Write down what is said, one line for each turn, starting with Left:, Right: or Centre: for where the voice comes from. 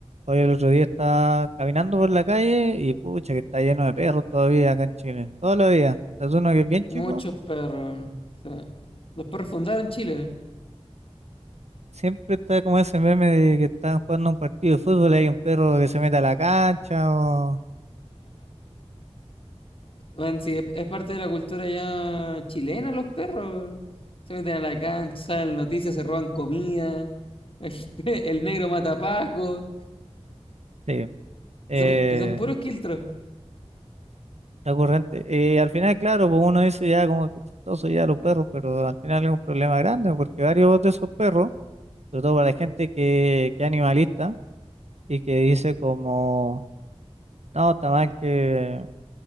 Right: Hoy el otro día estaba caminando por la calle y pucha que está lleno de perros todavía acá en Chile. Todavía. Es uno que es bien chico.
Left: Muchos perros. sí. Los perros fundaron Chile.
Right: Siempre está como ese meme de que están jugando un partido de fútbol y hay un perro que se mete a la cancha o...
Left: Bueno, sí, es, es parte de la cultura ya chilena los perros. Se meten a la cancha, en noticias se roban comida, <laughs> el, pe- el negro mata pacos,
Right: Sí. Eh,
Left: y son, y son puros quiltros.
Right: recurrente. Y al final, claro, pues uno dice ya como que chistoso ya los perros, pero al final es un problema grande porque varios de esos perros, sobre todo para la gente que, que es animalista y que dice como, no, está mal que...